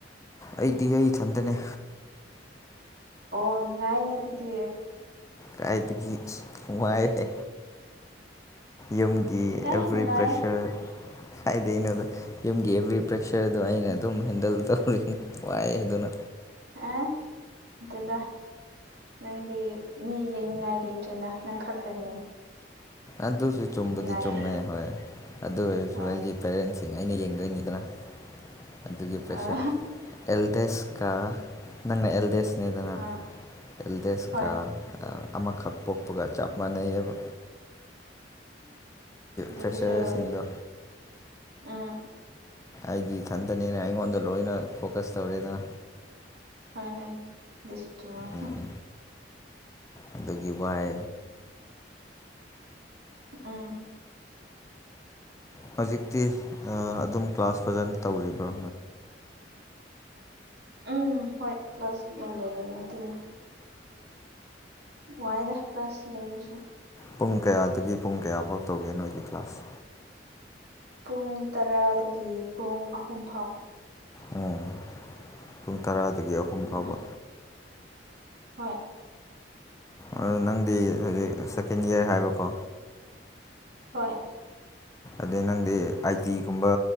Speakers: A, on the left; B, on the right.
A: ꯑꯩꯗꯤ ꯑꯩꯊꯟꯗꯅꯦ
B: ꯑꯣ ꯅꯨꯡꯉꯥꯏꯅꯦ ꯑꯗꯨꯗꯤ
A: ꯀꯥꯏꯗꯒꯤ ꯍꯏꯦ ꯌꯨꯝꯒꯤ
B: ꯑꯦ
A: ꯑꯦꯕ꯭ꯔꯤ
B: ꯅꯨꯡꯉꯥꯏ
A: ꯄ꯭ꯔꯦꯁꯔ ꯍꯥꯏꯗꯩꯅꯣꯗ ꯌꯨꯝꯒꯤ ꯑꯦꯕ꯭ꯔꯤ ꯄ꯭ꯔꯦꯁꯔꯗꯣ ꯑꯩꯅ ꯑꯗꯨꯝ ꯍꯦꯟꯗꯜ ꯇꯧꯔꯤ ꯋꯥꯏꯑ ꯑꯗꯨꯅ
B: ꯑꯦ ꯑꯗꯨꯗ ꯅꯪꯗꯤ ꯃꯤ ꯌꯡꯅꯤꯡꯉꯥꯏ ꯂꯩꯇ꯭ꯔꯦꯅ ꯅꯪ ꯈꯛꯇꯅꯤ
A: ꯑꯗꯨꯁꯨ ꯆꯨꯝꯕꯗꯤ
B: ꯅꯨꯡꯉꯥꯏꯌꯦ
A: ꯆꯨꯝꯃꯦ ꯍꯣꯏ ꯑꯗꯨ ꯑꯣꯏꯔꯁꯨ
B: ꯍꯣꯏ
A: ꯑꯩꯒꯤ ꯄꯦꯔꯦꯟꯁꯤꯡ ꯑꯩꯅ ꯌꯦꯡꯗꯣꯏꯅꯤꯗꯅ ꯑꯗꯨꯒꯤ ꯄ꯭ꯔꯦꯁꯔ
B: ꯑꯥ
A: ꯑꯦꯜꯗꯦꯁꯀ ꯅꯪꯅ ꯑꯦꯜꯗꯦꯁ ꯅꯦꯗꯅ
B: ꯑꯥ
A: ꯑꯦꯜꯗꯦꯁꯀ
B: ꯍꯣꯏ
A: ꯑꯃꯈꯛ ꯄꯣꯛꯄꯒ ꯆꯞ ꯃꯥꯟꯅꯩꯑꯕ
B: ꯇ
A: ꯄ꯭ꯔꯦꯁꯔꯁꯤꯡꯗꯣ
B: ꯄꯁ ꯎꯝ
A: ꯑꯩꯗꯤ ꯏꯊꯟꯇꯅꯦꯅ ꯑꯩꯉꯣꯟꯗ ꯂꯣꯏꯅ ꯐꯣꯀꯁ ꯇꯧꯔꯦꯗꯅ
B: ꯍꯣꯏ ꯍꯣꯏꯁ
A: ꯎꯝ ꯑꯗꯨꯒꯤ ꯋꯥꯏ
B: ꯎꯝ
A: ꯍꯧꯖꯤꯛꯇꯤ ꯑꯗꯨꯝ ꯀ꯭ꯂꯥꯁ ꯐꯖꯅ ꯇꯧꯔꯤꯕ꯭ꯔꯣ
B: ꯎꯝ ꯍꯣꯏ ꯄ꯭ꯂꯁꯨꯝꯕ ꯂꯩꯌꯦ ꯅꯨꯡꯇꯤꯅ ꯋꯥꯏꯗ ꯀ꯭ꯂꯥꯁ ꯂꯩꯁꯦ
A: ꯄꯨꯡ ꯀꯌꯥꯗꯒꯤ ꯄꯨꯡ ꯀꯌꯥꯐꯧ ꯇꯧꯒꯦ ꯅꯣꯏꯒꯤ ꯀ꯭ꯂꯥꯁ
B: ꯄꯨꯡ ꯇꯔꯥꯗꯒꯤ ꯄꯨꯡ ꯑꯍꯨꯝ ꯐꯥꯎ
A: ꯑꯣ ꯄꯨꯡ ꯇꯔꯥꯗꯒꯤ ꯑꯍꯨꯝ
B: ꯎꯝ
A: ꯐꯥꯎꯕ
B: ꯍꯣꯏ
A: ꯑ ꯅꯪꯗꯤ ꯍꯧꯖꯤꯛ ꯁꯦꯀꯦꯟ ꯌꯌꯥꯔ ꯍꯥꯏꯕꯀꯣ
B: ꯍꯣꯏ
A: ꯑꯗꯩ ꯅꯪꯗꯤ ꯑꯥꯏꯇꯤꯒꯨꯝꯕ